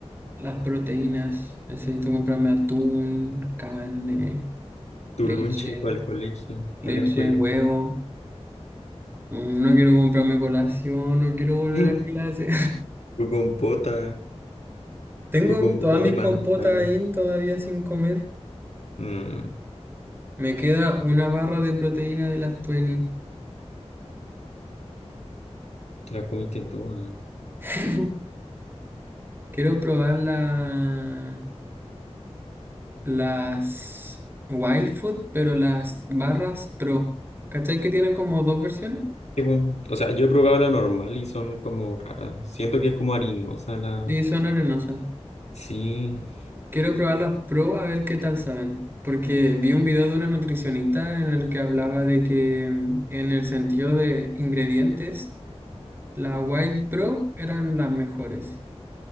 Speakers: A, on the right (about 20°); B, on the left (about 80°).
A: las proteínas. Necesito comprarme atún, carne,
B: Tu
A: leche,
B: lunche para el colegio,
A: leche,
B: para la escuela.
A: huevo. Mm, No quiero comprarme colación, no quiero volver
B: Mm.
A: a clase.
B: <laughs> Tu compota,
A: <laughs> Tengo
B: tu compota
A: todas mis
B: de manzana.
A: compotas ahí todavía sin comer.
B: Mm,
A: Me queda una barra de proteína de las 20.
B: te la comiste toda.
A: <clears throat> <laughs> Quiero probar la, las Wild Food, pero las barras Pro. ¿Cachai que tienen como dos versiones?
B: Sí, bueno, o sea, yo he probado la normal y son como raras. Siento que es como harinosa la...
A: Sí, son arenosas.
B: Sí.
A: Quiero probar las Pro a ver qué tal saben. Porque vi un video de una nutricionista en el que hablaba de que mm, en el sentido de ingredientes Las Wild Pro eran las mejores,